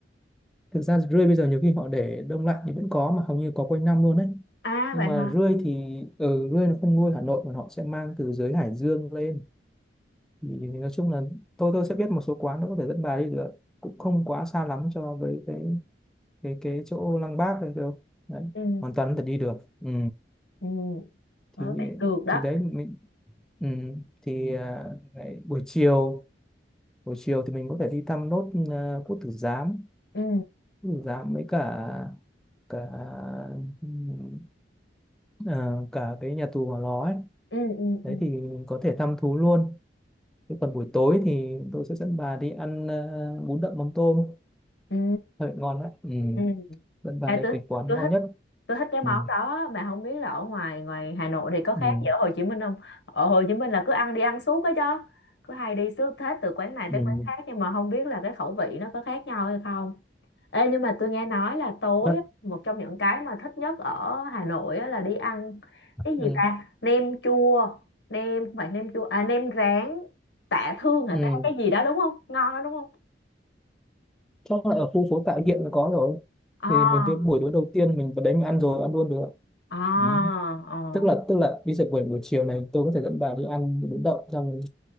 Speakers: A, in the centre; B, on the left.
A: thực ra rươi bây giờ nhiều khi họ để đông lạnh thì vẫn có mà hầu như có quanh năm luôn đấy
B: À
A: nhưng
B: vậy
A: mà
B: hả?
A: rươi thì ừ, rươi nó không nuôi Hà Nội mà họ sẽ mang từ dưới Hải Dương lên thì nói chung là tôi tôi sẽ biết một số quán nó có thể dẫn bà đi được cũng không quá xa lắm cho với cái cái cái chỗ Lăng Bác này đâu đấy
B: Ừ,
A: hoàn toàn có thể đi được ừ.
B: ừ, ờ,
A: thì
B: vậy được đó.
A: thì đấy mình ừ, thì à, lại buổi chiều buổi chiều thì mình có thể đi thăm nốt à, Quốc Tử Giám
B: Ừ,
A: Quốc Tử Giám với cả cả ừ, à, cả cái nhà tù Hỏa Lò ấy
B: ừ, ừ,
A: đấy
B: ừ,
A: thì có thể thăm thú luôn thế còn buổi tối thì tôi sẽ dẫn bà đi ăn à, bún đậm mắm tôm
B: ừ,
A: thật ngon đấy ừ.
B: ừ.
A: dẫn bà
B: Ê,
A: đến
B: tôi
A: cái quán
B: tôi
A: ngon
B: thích
A: nhất
B: tôi thích cái món
A: ừ.
B: đó mà không biết là ở ngoài ngoài Hà Nội thì có khác
A: Ừ.
B: gì ở Hồ Chí Minh không? Ở Hồ Chí Minh là cứ ăn đi ăn suốt ấy chứ. Cứ hay đi suốt hết từ quán này tới
A: Ừ.
B: quán khác nhưng mà không biết là cái khẩu vị nó có khác nhau hay không. Ê, nhưng mà tôi nghe nói là tối
A: Rất
B: á, một trong những cái mà thích nhất ở Hà Nội á là đi ăn cái gì
A: ừ.
B: ta? Nem chua, nem không phải nem chua à nem rán Tạ Thương hả
A: Ừ.
B: ta cái gì đó đúng không? Ngon đó đúng không?
A: chắc là ở khu phố Tạ Hiện có rồi
B: À,
A: thì mình cái buổi tối đầu tiên mình vào đấy mình ăn rồi ăn luôn được
B: à,
A: ừ.
B: à.
A: tức là tức là đi dậy buổi buổi chiều này tôi có thể dẫn bà đi ăn bún đậu xong